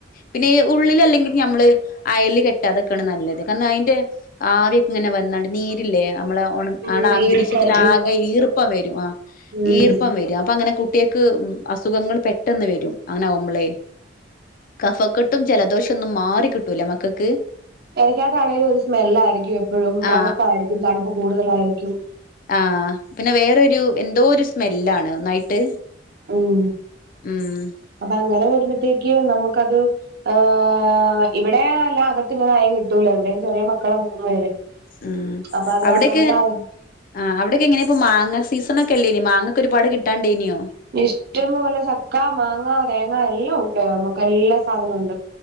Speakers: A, on the left; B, on the right.
A: പിന്നെ ഉള്ളിൽ അല്ലെങ്കിലും നമ്മള് അയല് കെ ട്ടാത്ക്കാണ് നല്ലത്. കാരണം അയിന്റെ ആവിയൊക്കെ ഇങ്ങനെ വന്നാണ്ട് നീരില്ലേ നമ്മളെ.
B: ഉം
A: ആടെ അന്തരീക്ഷത്തിലാകെ
B: ഈർപ്പം
A: ഈർപ്പം വരും. ആഹ്,
B: ഉം
A: ഈർപ്പം വരും അപ്പൊങ്ങനെ. കുട്ട്യേക്ക് അസുഖങ്ങൾ പെട്ടെന്ന് വരും അങ്ങനെ ആമ്പളേയ് കഫക്കെട്ടും ജലദോഷന്നും മാറി കിട്ടൂല മക്കക്ക്
B: പെരക്കാതാണെങ്കിലും ഒരു സ്മെല്ലായിയിരിക്കും എപ്പോഴും
A: ആ
B: തണുപ്പായിരിക്കും തണുപ്പ് കൂടുതലായിരിക്കും.
A: ആഹ് പിന്നെ വേറൊരു എന്തോ ഒരു സ്മെല്ലാണ് ഒന്നായിട്ട്
B: ഉം
A: ഉം.
B: അപ്പങ്ങനെ വരുമ്പത്തേക്ക് നമുക്കത്. ആഹ് ഇവിടെ യല്ല അകത്ത് ഇങ്ങനെ അയ കെട്ടൂല ഇവിടേം ചെറിയ മക്കളാ മൂന്ന് പേര്.
A: ഉം
B: അപ്പൊ അത്
A: അവിടക്കെ.
B: കാരണം കൊണ്ട് അയ
A: ആഹ്. അവ്ടൊക്കെ എങ്ങനേപ്പോ മാങ്ങ സീസണൊക്കെ അല്ലേയ്നോ മാങ്ങക്കെ ഒരുപാട് കിട്ടാണ്ടയ്നിയോ?
B: ഇഷ്ടംപോലെ ചക്ക, മാങ്ങ, തേങ്ങ എല്ലാം ഉണ്ട്. നമ്മുക്ക് എല്ലാ സാധനം ഉണ്ട്.